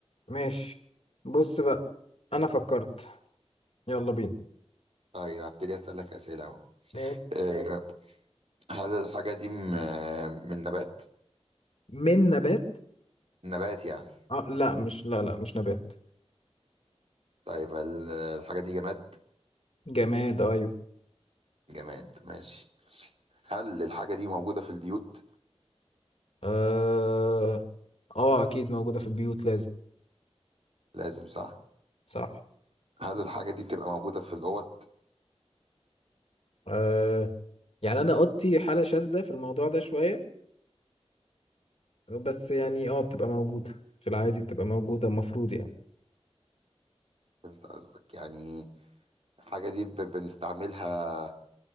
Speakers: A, on the left; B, on the right.
A: ماشي بص بقى انا فكرت يلا بينا
B: طيب هبتدي اسالك اسئله اهو
A: ماشي.
B: آه، هل الحاجه دي م- من نبات
A: من نبات
B: نبات يعني
A: اه لا مش لا لا مش نبات
B: طيب هل الحاجه دي جماد
A: جماد ايوه
B: جماد ماشي هل الحاجه دي موجوده في البيوت
A: اه اه اكيد موجودة في البيوت لازم
B: لازم صح
A: صح
B: هل الحاجه دي بتبقى موجوده في الاوض
A: آه يعني انا اوضتي حالة شاذة في الموضوع ده شوية بس يعني اه بتبقى موجودة في العادي بتبقى موجودة المفروض يعني
B: فهمت قصدك يعني الحاجه دي ب- بنستعملها